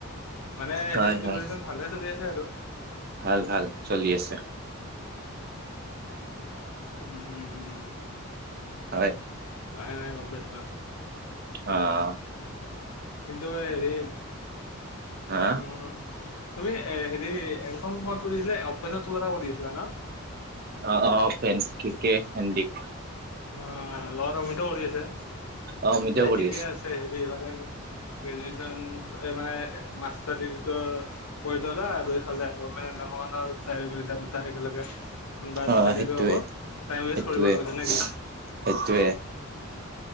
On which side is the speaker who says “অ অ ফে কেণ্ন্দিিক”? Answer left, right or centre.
Right